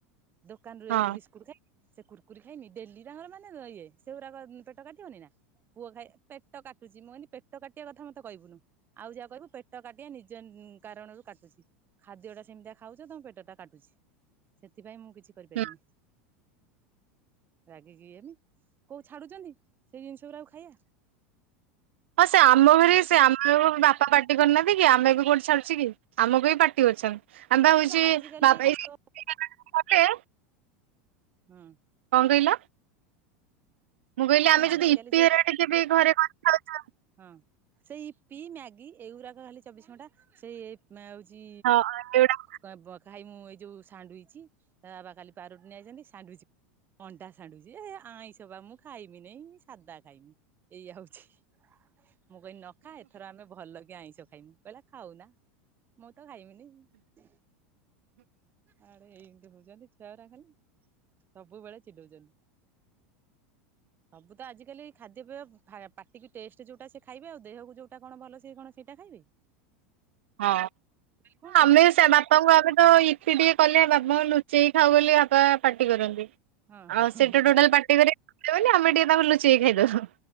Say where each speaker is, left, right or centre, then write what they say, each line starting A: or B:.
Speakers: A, on the right; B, on the right.
A: ଦୋକାନରୁୁ
B: ହଁ
A: ବିସ୍କୁଟ ସେ କୁର୍କୁରି ଖାଇନି ଡେଲି ତାଙ୍କର ମାନେ ଇଏ ସେଗୁଡ଼ାକ ପେଟ କାଟିବନି ନା ପୁଅ ଖାଇ ପେଟ କାଟୁଛି ମୁଁ କହିଲି ପେଟ କାଟିବା କଥା ମତେ କହିବୁନୁ। ଆଉ ଯାହା କହିବୁ ପେଟ କାଟିବା ନିଜ କାରଣରୁ କାଟୁଛି। ଖାଦ୍ୟ ଟା ସେମିତିଆ ଖାଉଛ ତମ ପେଟ ଟା କାଟୁଛି ସେଥିପାଇଁ ମୁଁ କିଛି କରିପାରିବିନି।
B: ହୁଁ
A: ରାଗିକି ଇଏହେଲି କୋଉ ଛାଡୁଛନ୍ତି ସେଇ ଜିନିଷ ଗୁରାକୁ ଖାଇବା।
B: ହଁ ସେ ଆମ ଘରେ ସେ ଆମ ବାପା ପାଟି କରୁନାହାଁନ୍ତି କି ଆମେ ବି କୋଉଠି ଛାଡୁଛୁ କି ଆମକୁ ବି ପାଟି କରୁଛନ୍ତି ଆମେପା ହଉଛି
A: ଆଜିକାଲି
B: ଆମେ ଯୋଉ <inaudible> ଗପି
A: ଏଇ ଖାଦ୍ୟ
B: ହେରିକା କଲେ
A: ହଁ।
B: କଣ କହିଲ? ମୁଁ କହିଲି ଆମେ
A: ଆଜିକାଲି
B: ଯଦି ଇପି
A: ଯୋଉ
B: ହେରା ଟିକେ ବି ଘରେ କରି ଖାଉଛୁ।
A: ହଁ ସେଇ ଇପି ମ୍ୟାଗି ଏଇଗୁଡାକ ଖାଲି ଚବିଶ ଘଣ୍ଟା ସେ ନାଁ ହଉଛି?
B: ହଁ ଏଗୁଡା
A: କ ଖାଇ ମୁଁ ଏଇ ଯୋଉ ସାାଣ୍ଡୁଇଜ୍ ତା ବାବା କାଲି ପାରୁଟି ନେଇଆଛନ୍ତି ସାଣ୍ଡୁଇଜ୍ ଅଣ୍ଡା ସାଣ୍ଡୁଇଚ୍ ଏ ଆଇଁଷ ବା ମୁଁ ଖାଇମି ନି ସାଧା ଖାଇମି ଏଇଆ ହଉଛି। ମୁଁ କହିଲି ନଖା ଏଥର ଆମେ ଭଲ କି ଆଇଁଷ ଖାଇମୁ କହିଲା ଖାଉ ନା ମୁଁ ତ ଖାଇମିନି <unintelligible> ଆରେ କହୁଛନ୍ତି ଛୁଆଗୁରା ଖାଲି ସବୁବେଳେ ଚିଡଉଛନ୍ତି। ସବୁ ତ ଆଜିକାଲି ଖାଦ୍ୟପେୟ ଫାୟ ପା ପାଟି କୁ ଟେଷ୍ଟ୍ ଯୋଉଟା ସିଏ ଖାଇବେ, ଆଉ ଦେହକୁ ଯୋଉଟା କଣ ଭଲ ସେ କଣ ସେଇଟା ଖାଇବେ!
B: ହଁ
A: କଣ
B: ଆମେ ସେ ବାପ ତ ଆମେ ତ ଇପୀ ଟିକେ କଲେ, ବାପା ଲୁଚେଇକି ଖାଉ ବୋଲି ବାପା ପାଟି କରନ୍ତି।
A: ହବ
B: ଆଉ
A: ହଁ
B: ସେତ ଟୋଟାଲ ପାଟି କରିବେଲି ଆମେ ଟିକେ ତାଙ୍କୁ ଲୁଚେଇ ଖାଇଦହୁ।